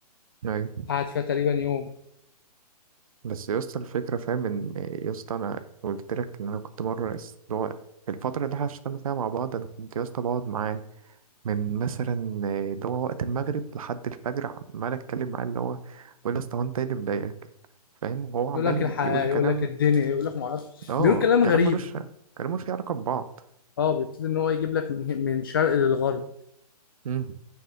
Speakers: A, on the right (about 60°); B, on the left (about 35°).
A: يعني
B: قعد فيها تقريبا يوم
A: بس يا اسطى الفكرة فاهم ان يا اسطى انا قلت لك ان انا كنت مرة اس- اللي هو الفترة اللي احنا اشتغلنا فيها مع بعض انا كنت يا اسطى بقعد معاه من مثلا اللي هو وقت المغرب لحد الفجر عمال اتكلم معاه اللي هو بقول يا اسطى هو انت ايه اللي مضايقك فاهم وهو عمال
B: يقول لك الحياة
A: يقول كلام
B: يقول لك الدنيا يقول لك معرفش
A: اه
B: بيقول كلام غريب
A: كلام ملوش كلام ملوش علاقة ببعض
B: اه بيبتدي ان هو يجيب لك من ه- من شرق للغرب
A: امم